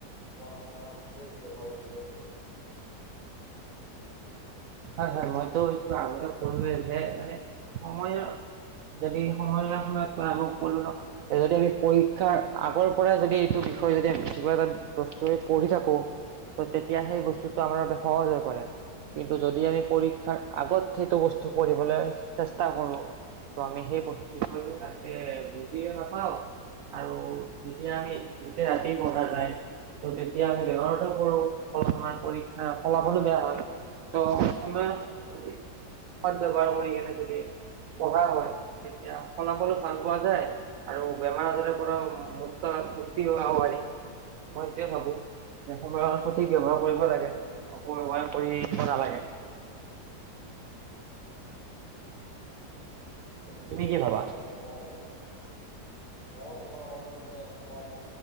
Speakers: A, on the left (about 25°); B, on the right (about 70°).
A: তোমাৰ সময়ৰ সঠিক ব্যৱহাৰৰ বিষয়ে কি ক'বা?
B: হয় হয় মইতো এইটো আগতে কলোয়ে যে, মানে সময় যদি সময় <unintelligible> কলো ন যদি আমি পৰীক্ষাৰ আগৰ পৰাই যদি এইটো বিষয় যদি আমি বেছি কিবা এটা বস্তু পঢ়ি থাকো ত তেতিয়া সেই বস্তুটো আমাৰ বাবে সহজ হৈ পৰে ত যদি আমি পৰীক্ষাৰ আগত সেইটো বস্তু পঢ়িবলৈ চেষ্টা কৰো, ত' আমি সেই বস্তু বিষয়টো ভালকে বুজিয়ে নাপাওঁ, আৰু যেতিয়া আমি গোটেই ৰাতি পঢ়া যায় ত তেতিয়া আমি বেমাৰতো প। ফলত আমাৰ পৰীক্ষা ফলা ফলো বেয়া হয়। ত সময় যদি সত ব্যৱহাৰ কৰি কেনে যদি পঢ়া হয়, তেতিয়া ফলাফলো ভাল পোৱা যায়, আৰু বেমাৰ আজাৰৰ পৰাও মুক্তা মুক্তি হোৱা পাৰি মই সইটোৱে ভাবো। যে সময়ৰ সঠিক ব্যৱহাৰ কৰিব লাগে অপব্যবহাৰ কৰি দিব নালাগে।
A: ঠিক
B: তুমি কি
A: কৈছা
B: ভাবা
A: তুমি মইও ভাবো। মই তোমাৰ কথাটোতে একমত,